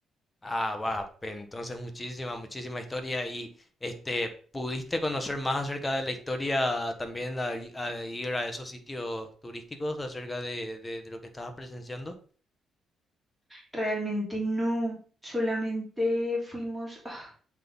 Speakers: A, on the left (about 25°); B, in the centre.
A: Ah, va, pe- entonces muchísima, muchísima historia y este, ¿pudiste conocer más acerca de la historia también al, al ir a esos sitios turísticos acerca de, de de lo que estabas presenciando?
B: Realmente no, solamente fuimos, ah,